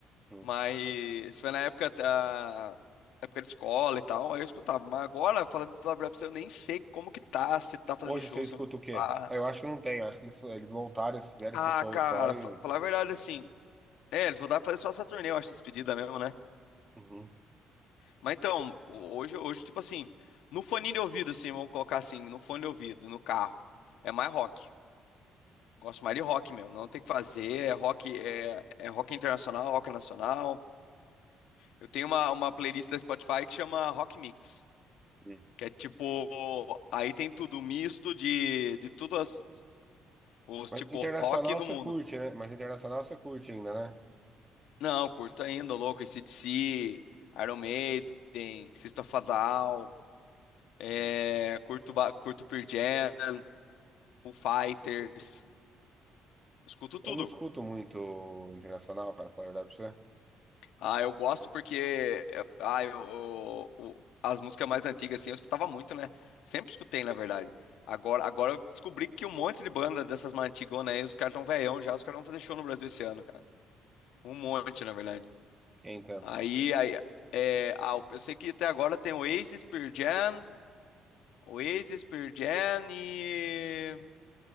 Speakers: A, on the right; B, on the left.
A: hum.
B: Mas foi na época da época de escola e tal, aí eu escutava. Mas agora, fala falar pra você, eu nem sei como que tá, se tá fazendo
A: Hoje
B: show,
A: você escuta
B: se não
A: o quê?
B: tá.
A: Ah, Eu acho que não tem, eu acho que eles, eles montaram, eles fizeram
B: Ah,
A: esse show
B: cara,
A: só e
B: fa- falar a verdade assim. É, eles vão dar pra fazer só essa turnê, eu acho, despedida mesmo, né?
A: Uhum.
B: Mas então, hoje, hoje, tipo assim, no fone de ouvido, assim, vamos colocar assim, no fone de ouvido, no carro, é mais rock. Gosto mais de rock mesmo, não tem o que fazer, é rock, é, é rock internacional, rock nacional. Eu tenho uma, uma playlist da Spotify que chama Rock Mix,
A: Hum.
B: que é tipo, aí tem tudo misto de, de tudo as- os
A: Mas
B: tipo
A: internacional
B: rock no
A: você
B: mundo.
A: curte, né? Mas internacional você curte ainda, né?
B: Não, curto ainda, louco, AC/DC, Iron Maiden, System of a Down, é,
A: Hum.
B: curto, ba- curto Pearl Jam, Foo Fighters, escuto tudo.
A: Eu não escuto muito internacional, cara, falar a verdade pra você.
B: Ah, eu gosto porque eh, ah, eu, eu- o- as músicas mais antigas assim eu escutava muito, né? Sempre escutei, na verdade. Agora, agora eu descobri que um monte de banda dessas mais antigonas aí, os caras tão velhão já, os caras vão fazer show no Brasil esse ano, cara. Um monte, na verdade.
A: Nem tanto.
B: Aí, aí é, ah, eu sei que até agora tem o Oasis, Pearl Jam, Oasis, Pearl Jam e